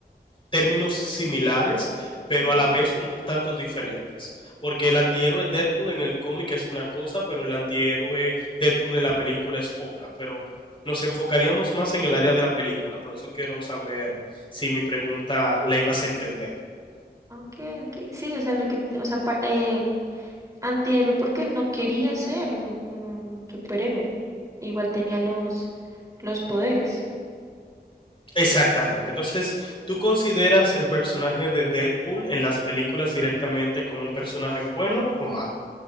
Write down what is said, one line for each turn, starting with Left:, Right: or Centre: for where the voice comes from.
Left: términos similares, pero
Right: Sí.
Left: a la vez un tantos diferentes. Porque el antihéroe Deadpool en el cómic es una cosa, pero el antihéroe Deadpool en la película es otra. Pero nos enfocaríamos más en el área de la película. Por eso quiero saber si mi pregunta la ibas a entender.
Right: Okay, okay. Sí, o sea, lo que, o sea, pa- eh, antihéroe porque él no quería ser un, un superhéroe. Igual tenía los, los poderes.
Left: Exactamente. Entonces, ¿tú consideras el personaje de Deadpool en las películas directamente como un personaje bueno o malo?